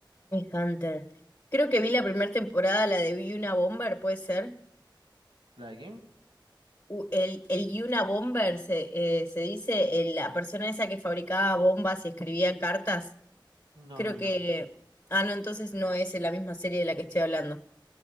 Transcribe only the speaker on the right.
¿La de quién?
No,
no, no.